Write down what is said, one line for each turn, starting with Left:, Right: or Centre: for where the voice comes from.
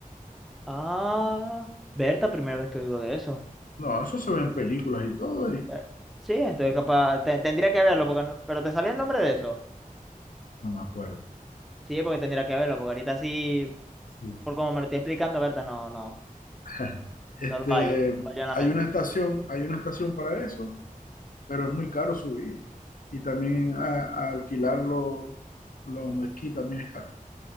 Centre: Ah, Berta, primera vez que oigo de eso.
Left: No, eso se ve en películas y todo, Eri.
Centre: Eh, Sí, entonces capaz, te- tendría que verlo, porque no- pero ¿te sabía el nombre de eso?
Left: No me acuerdo.
Centre: Sí, porque tendría que verlo, porque ahorita sí,
Left: Sí.
Centre: por como me lo estoy explicando, Berta, no, no,
Left: <laughs>
Centre: no,
Left: Este,
Centre: no lo hallo, no lo hallo en la mente.
Left: hay una estación, hay una estación para eso, pero es muy caro subir. Y también a, a alquilar los, los esquí también es caro.